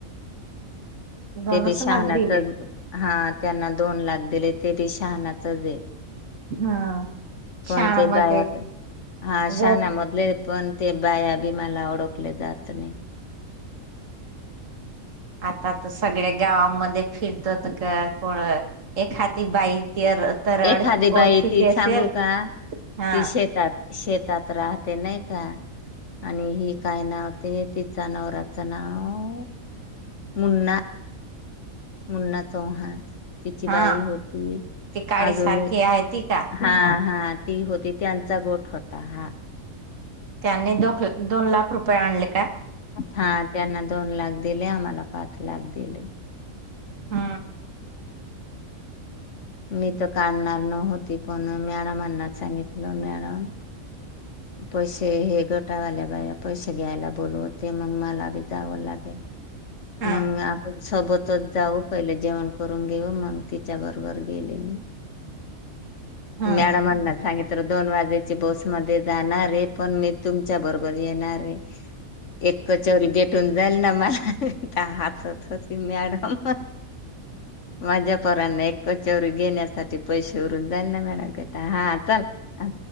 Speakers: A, on the right (about 65°); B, on the left (about 60°).
A: जणस
B: ते बी शहानाचच
A: लागली
B: हा त्यांना दोन लाख दिले. ते बी शहाणाच देे
A: हा शाळामध्ये
B: पण ते बाया हा
A: गट
B: शहाणामधले पण! ते बाया बी मला ओळखले जात नाही.
A: आता तर सगळ्या गावामध्ये फिरत का कोण एखाती बाई! ती तर
B: एखादी
A: अडखी
B: बाई
A: ओळखीची
B: ती
A: असेल
B: सांगू का
A: हा
B: ती शेतात शेतात राहते. ते नाही का आणि हि काय नावते तिचा नवराचं नाव? मुन्ना! मुन्ना चौहान. तिची
A: हा
B: बाई होती
A: ती काळी
B: अजून
A: सारखी आहे ती का
B: हा हा. ती होती त्यांचा गोठ होता हा.
A: त्यांनी दो दोन लाख रुपये आणले का?
B: हा त्यांना दोन लाख दिले. आम्हाला पाच लाख दिले.
A: ह
B: मी तर काढणार न होती, पण मॅडमांना सांगितलं मॅडम पैसे हे गटावाल्या बा पैसे घ्यायला बोलवते मग मला बी जावं लागेल.
A: हम्म
B: मग आपण सोबतच जाऊ पहिले जेवण करून घेऊ मग तिच्या बरोबर गेले मी
A: हम्म
B: मॅडमांना सांगित तर दोन वाजेची बसमध्येध्ये जाणारे पण मी तुमच्या बरोबर येणारे एक कचवरी भेटून जाईल ना मला हचत होती मॅडम माझ्या पांना कचोरी घेण्यासाठी पैसे उरून जाईल ना मॅडम घता हा चल अ